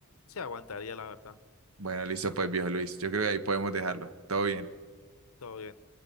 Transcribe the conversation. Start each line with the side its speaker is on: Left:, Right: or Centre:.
Left: Se aguantaría, la verdad.
Right: Bueno, listo pues, viejo Luis. Yo creo que ahí podemos dejarlo. Todo bien.
Left: Todo bien.